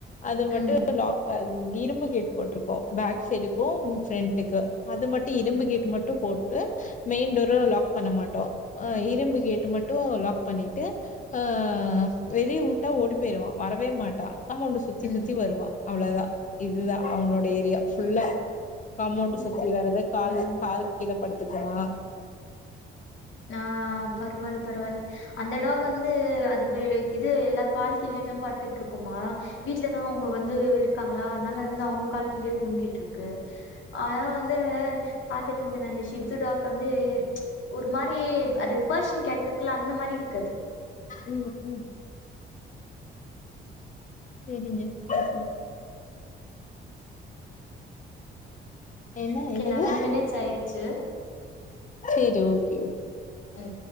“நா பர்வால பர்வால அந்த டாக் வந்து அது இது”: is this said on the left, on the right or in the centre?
Left